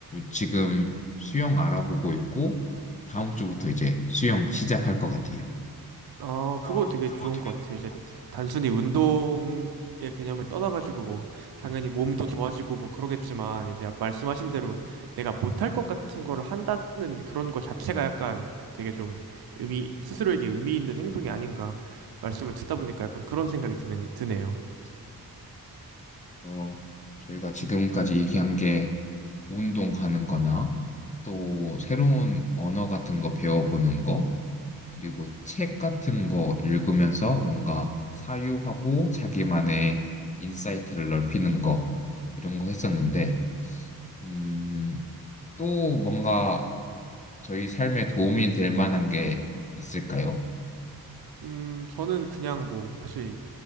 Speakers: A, on the left; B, on the right.
A: 지금 수영 알아보고 있고 다음 주부터 이제 수영 시작할 것 같아요.
B: 아,
A: 아,
B: 그거 되게
A: 그거
B: 좋은
A: 되게
B: 것
A: 좋은
B: 같아요. 이제
A: 것 같아요.
B: 단순히 운동의 개념을 떠나가지고 뭐 당연히 몸도 좋아지고 뭐 그러겠지만 이제 말씀하신 대로 내가 못할 것 같은 걸 한다는 그런 것 자체가 약간 되게 좀 의미, 스스로에게 의미 있는 행동이 아닌가 말씀을 듣다 보니까 약간 그런 생각이 드는, 드네요.
A: 진짜요. 그래서 저희가 지금까지 얘기한 게 운동하는 거나 또 새로운 언어 같은 거 배워보는 거 그리고 책 같은 거 읽으면서 뭔가 사유하고 자기만의 인사이트를 넓히는 거 이런 거 했었는데 음, 또 뭔가 저희 삶에 도움이 될 만한 게 있을까요?
B: 음, 저는 그냥 뭐 사실